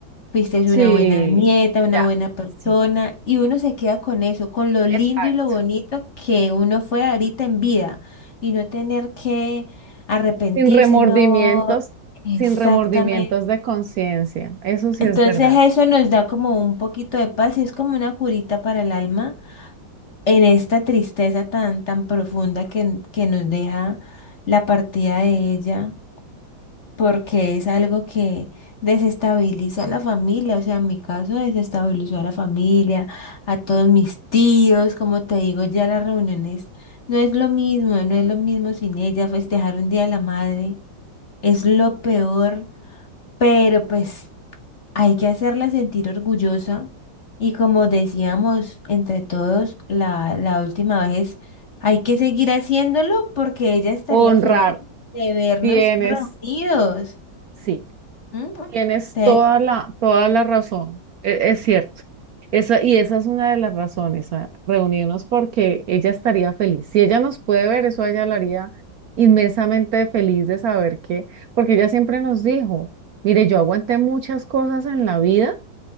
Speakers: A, on the left; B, on the right.
A: fuiste
B: Sí,
A: una buena nieta, una
B: mira,
A: buena persona,
B: sí,
A: y uno se queda con eso, con lo
B: exacto.
A: lindo y lo bonito que uno fue ahorita en vida, y no tener que arrepentirse,
B: Sin remordimientos,
A: no, exactamente.
B: sin remordimientos de conciencia. Eso sí
A: Entonces
B: es verdad.
A: eso nos da como un poquito de paz y es como una curita para el alma en esta tristeza tan, tan profunda que, que nos deja la partida de ella porque es algo que desestabiliza a la familia, o sea, en mi caso desestabilizó a la familia, a todos mis tíos, como te digo, ya las reuniones no es lo mismo, no es lo mismo sin ella, festejar un día de la madre es lo peor, pero pues hay que hacerla sentir orgullosa y como decíamos entre todos la, la última vez, hay que seguir haciéndolo porque ella estaría
B: Honrar,
A: feliz de vernos
B: tienes,
A: reunidos.
B: sí.
A: Ujú.
B: Tienes
A: Sí,
B: toda la, toda la razón, e- es, cierto. Esa, y esa es una de las razones, a reunirnos porque ella estaría feliz. Si ella nos puede ver, eso a ella la haría inmensamente feliz de saber que, porque ella siempre nos dijo, mire, yo aguanté muchas cosas en la vida